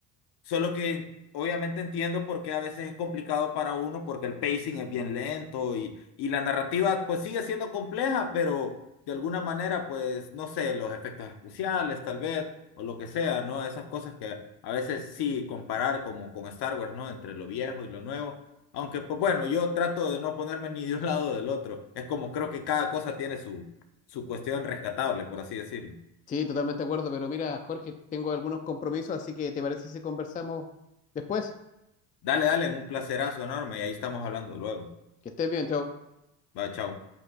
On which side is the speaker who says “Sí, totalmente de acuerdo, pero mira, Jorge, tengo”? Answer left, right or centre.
Left